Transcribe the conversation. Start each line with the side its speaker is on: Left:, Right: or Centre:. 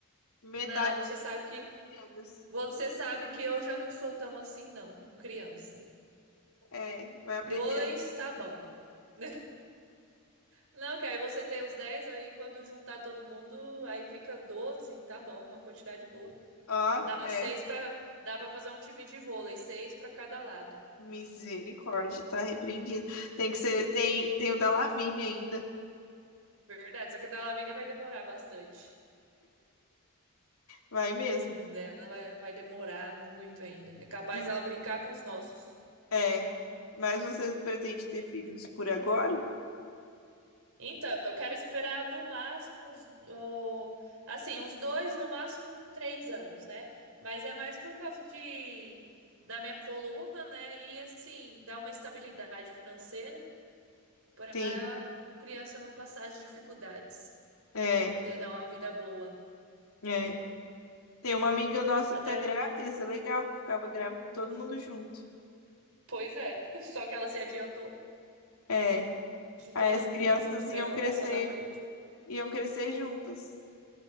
Left: metade
Right: Não, você sabe que
Left: de gêmeos.
Right: você sabe que eu já não sou tão assim, não, com criança.
Left: É, vai aprender
Right: Dois,
Left: assim.
Right: tá bom. <laughs> Não, que aí você tem os 10, aí quando juntar todo mundo, aí fica 12, tá bom, uma quantidade boa.
Left: ó
Right: Dá
Left: é.
Right: seis para dá para fazer um time de vôlei, seis para cada lado.
Left: Misericórdia, tá repreendido. Tem que ser, tem, tem o da Lavínia ainda.
Right: Verdade, só que a da Lavínia vai demorar bastante.
Left: Vai mesmo.
Right: Uns dela vai, vai demorar muito ainda. É capaz
Left: Hum,
Right: ela brincar com os nossos.
Left: É. Mas você pretende ter filhos por agora?
Right: Então, eu quero esperar no máximo uns, ó, assim, uns dois, no máximo três anos, né? Mas é mais por causa de da minha coluna, né? E assim, dar uma estabilidade financeira para
Left: sim
Right: a criança não passar as dificuldades,
Left: É,
Right: poder dar uma vida boa.
Left: é. Tem uma amiga nossa
Right: Até,
Left: que tá grávida, isso é legal, que ficava grávida todo mundo junto.
Right: pois é, <laughs> só que ela se adiantou
Left: É.
Right: de todo
Left: Aí as
Right: mundo,
Left: crianças
Right: não esperou,
Left: iam crescer,
Right: passou na frente.
Left: iam crescer juntas.